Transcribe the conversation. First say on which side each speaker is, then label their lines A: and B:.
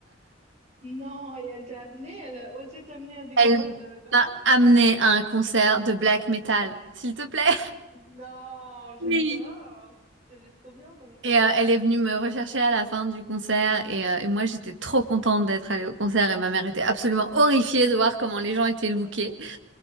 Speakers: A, on the right (about 35°); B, on the right (about 70°).
A: non, et elle t'a amené, elle a osé t'amener
B: <laughs>
A: à des
B: Elle
A: concerts. Elle avait pas
B: m'a
A: peur?
B: amené à un concert de black metal, s'il te plaît.
A: Non, j'adore.
B: Oui.
A: Elle trop bien,
B: Et euh, elle est venue me rechercher à la fin du concert et, euh, et moi j'étais trop contente d'être allée au concert et ma mère était absolument horrifiée de voir comment les gens étaient lookés.